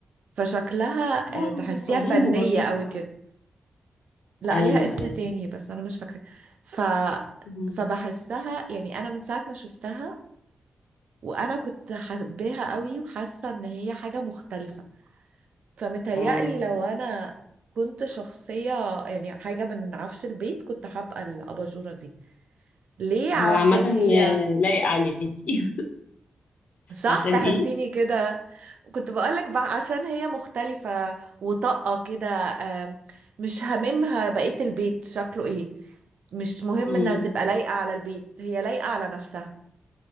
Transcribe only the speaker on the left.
آه،
أظن
بورنيتا
آه.
أيوه
أيوه
مم.
اه
هو عامة آه،
لايق عليكي
<laughs> عشان
إيه؟
مم.